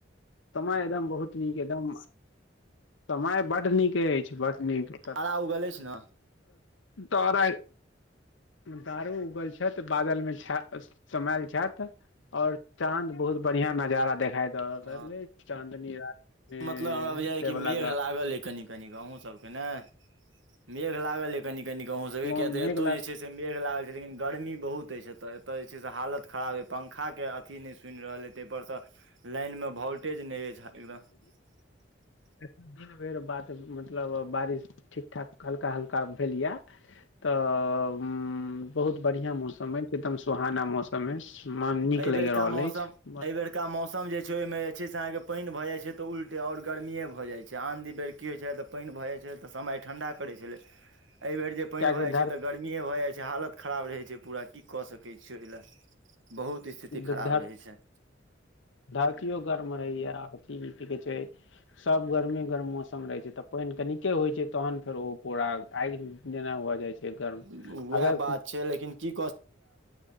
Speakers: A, on the left (about 80°); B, on the right (about 85°).
A: समय एकदम बहुत नीक एकदम समय बड नीक अछि नहि त
B: तारा उगल अछि ने
A: तारा तारो उगल छै त बादल मे छै समेल छेत और चांद बहुत बढ़िया नजारा देखायत त
B: हँ
A: चाँदनी रात में
B: मतलब हमरा बुझाइ
A: से
B: कि
A: वला
B: मेघ लागल अइ कनि कनिक अहूँसभके ने मेघ लागल हे कनी कनी अहूं सब के किया
A: मेघ
B: ते एतो
A: लागल
B: जे छै से मेघ लागल लेकिन गर्मी बहुत अछि ए एतय जे छै से हालत खराब पंखा के अथी नै सुनि रहल एत पर तऽ लाइन में वोल्टेज नहि रह छै एकदम <unintelligible>
A: ए दिन भैर बात मतलब बारिश ठीक ठाक हल्का हल्का भेल यए तऽ बहुत बढ़िआँ मौसम अछि एकदम सुहाना मौसम अछि मन नीक
B: एहि
A: लागि
B: बेेरका
A: रहल
B: मौसम
A: अछि
B: एहि बेेरका मौसम छै ओहि मे जे छै अहाँके पानि भ जा छै तऽ उलटे आर गरमीए भऽ जाय छै आन बेर की होइ छै तऽ पानि भ भऽ जाइ छै तऽ समय ठण्डा करै छलै एहिबेर जे पानि
A: कियाकि
B: भऽ जाइत
A: धर
B: छै तऽ गर्मिए भऽ जाइत छै हालत खराब रहैत छै पूरा की कऽ सकैत छियै ओहि ल बहुत स्थिति खराब
A: धर
B: रहै छै
A: धरतियो गर्म रहैया अथि की कहै छै सब गर्मेी गरम मौसम रहै छै तऽ प पानि कनिके होय छै तहन फेर ओ पूरा आगि जेना हो जाइ छै गर्म
B: उएह
A: अगर
B: बात छै लेकिन की